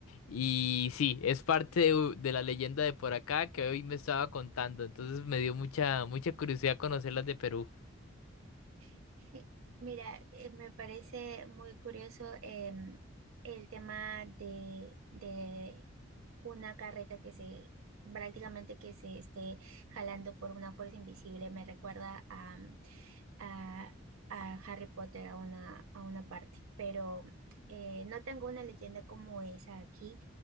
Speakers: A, on the left; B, on the right.
A: Y sí, es parte de, de la leyenda de por acá que hoy me estaba contando. Entonces me dio mucha, mucha curiosidad conocer las de Perú.
B: <laughs> Mira, eh, me parece muy curioso em, el tema de, de una carreta que se prácticamente que se esté jalando por una fuerza invisible. Me recuerda a, mm, a, a Harry Potter a una, a una parte, pero eh, no tengo una leyenda como esa aquí.